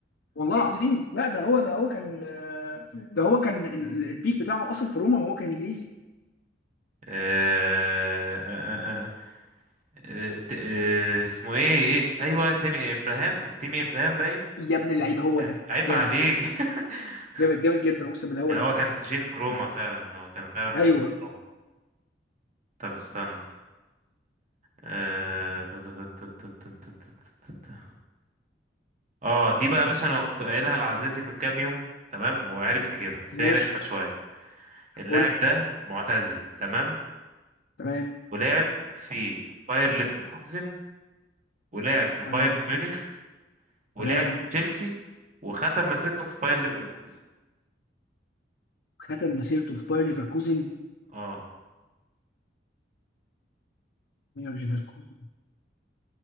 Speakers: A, on the left (about 75°); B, on the right (about 45°).
A: والله العظيم لا ده هو ده هو كان آه، ده هو كان ال- ال- البيك بتاعه اصلا في روما هو كان انجليزي
B: آه، آه، آه، آه، آه، ت- آه، اسمه ايه إيه؟ ايوه تيمي ابراهام تيمي ابراهام باين
A: يا ابن اللعيبه هو
B: آه،
A: ده
B: عيب
A: جامد
B: عليك <laughs>
A: جامد جامد جدا اقسم بالله هو
B: يعني
A: ده
B: هو كان شيخ في روما فعلا هو كان فعلا
A: ايوه
B: شيخ في روما طب استنى آه، تا- تا- تا- تا- تا- تا- تا- تا- تا- تا. اه دي بقى يا باشا انا كنت قايلها لعزازي من كام يوم تمام وعارف يجيبها بس
A: ماشي
B: هي رخمه شويه اللاعب
A: قول لي
B: ده معتزل تمام
A: تمام
B: ولعب في باير ليفركوزن ولعب في
A: باير
B: بايرن
A: ليفركوزن
B: ميونخ ولعب
A: تمام
B: في تشيلسي وختم مسيرته في باير ليفركوزن
A: ختم مسيرته في باير ليفركوزن
B: اه
A: باير ليفركوزن